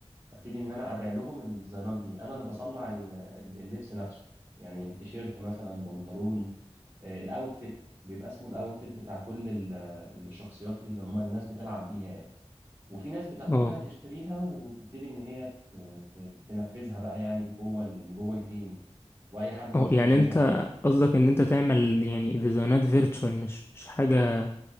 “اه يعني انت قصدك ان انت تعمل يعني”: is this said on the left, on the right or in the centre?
Left